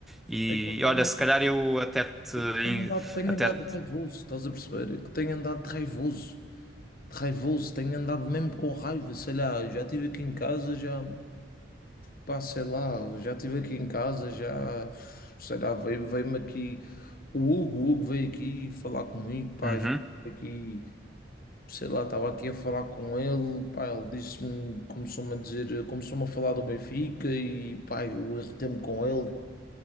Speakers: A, in the centre; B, on the left.
A: E
B: é que eu tenho,
A: olha, se calhar eu até te.
B: é que tenho andado, tenho
A: Até
B: andado
A: te-
B: raivoso, estás a perceber? É que tenho andado raivoso. Raivoso, tenho andado mesmo com raiva, sei lá, já estive aqui em casa, já, pá, sei lá, já estive aqui em casa, já, sei lá, veio- veio-me aqui, o Hugo, o Hugo veio aqui falar comigo, pá,
A: Uhum.
B: já estive aqui, sei lá, estava aqui a falar com ele, pá, ele disse-me, começou-me a dizer, começou-me a falar do Benfica e, pá, eu irritei-me com ele,